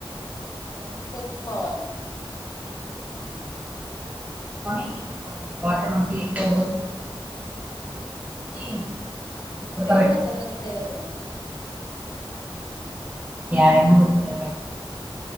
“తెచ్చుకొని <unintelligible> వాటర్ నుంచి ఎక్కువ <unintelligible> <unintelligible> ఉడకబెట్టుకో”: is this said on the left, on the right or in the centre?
Right